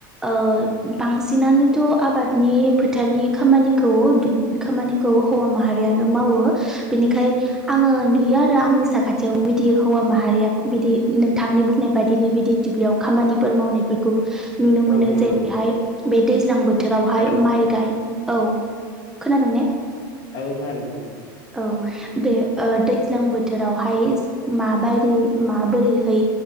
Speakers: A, in the centre; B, on the left.
A: ओ बांसिनानो थ' आबादनि फोथारनि खामानिखौ दुब खामानिखौ हौवा माहारियानो मावो बेनिखाय आङो नुयो आरो आंनि साखाथियाव दि हौवा माहारिया बिदि नोंथांनि बुंनाय बायदिनो बिदि दुब्लियाव खामानिफोर मावनायफोरखौ नुनो मोनो
B: औ नंगौ
A: जेरैहाय बे दैज्लां बोथोरावहाय
B: हेलौ
A: माइ गाय औ।
B: <unintelligible>
A: खोनादों ने
B: औ खोनादों खोनादों
A: औ बे ओ दैज्लां बोथोरावहाय माबायरि माबोरैहै